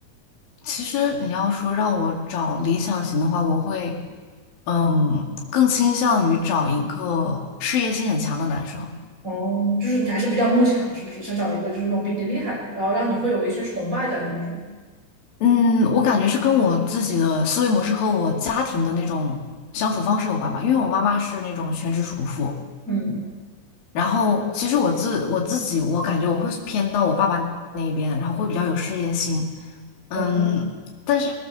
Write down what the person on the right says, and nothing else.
哦，就是你还是比较慕强，是不是？想找一个就是那种比你厉害的，然后让你会有一些崇拜感的那种。
嗯，
哦，